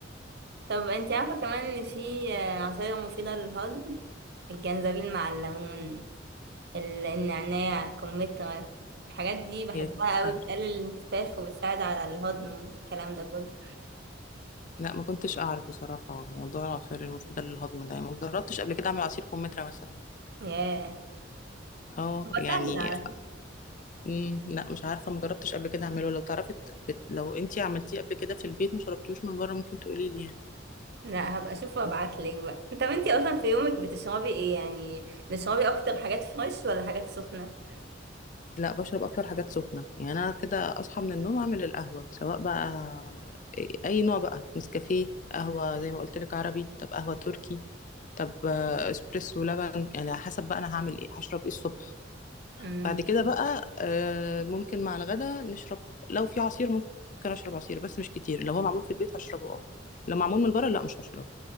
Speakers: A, on the right (about 60°); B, on the left (about 45°).
A: طب انت عارفة كمان ان في آه، عصاير مفيدة للهضم الجنزبيل مع الليمون ال- النعناع الكمثرى الحاجات دي بحبها
B: يا سيدي
A: قوي
B: خير
A: بتقلل الانتفاخ وبتساعد على الهضم الكلام ده كله
B: لا ما كنتش أعرف بصراحة موضوع العصير المفيدة للهضم ده يعني ما جربتش قبل كده أعمل عصير كمثرى مثلا
A: ياه
B: اه
A: هو
B: يعني
A: سهل على فكرة
B: امم لا مش عارفه مجربتش قبل كده اعمله لو تعرفي ت- بت... لو انتي عملتيه قبل كده في البيت ما شربتيهوش من بره ممكن تقولي لي يعني
A: لا هبقى اشوف وابعتلك بقى طب انتي اصلا في يومك بتشربي ايه يعني بتشربي اكتر حاجات فريش ولا حاجات سخنة
B: لا بشرب اكتر حاجات سخنه يعني انا كده اصحى من النوم اعمل القهوه سواء بقى اي نوع بقى نسكافيه قهوه زي ما قلت لك عربي طب قهوه تركي طب آه، اسبريسو لبن يعني على حسب بقى انا هعمل ايه هشرب ايه الصبح
A: امم
B: بعد كده بقى آه، ممكن مع الغدا نشرب لو في عصير ممكن اشرب عصير بس مش كتير لو هو معمول في البيت هشربه اه لو معمول من بره لا مش هشربه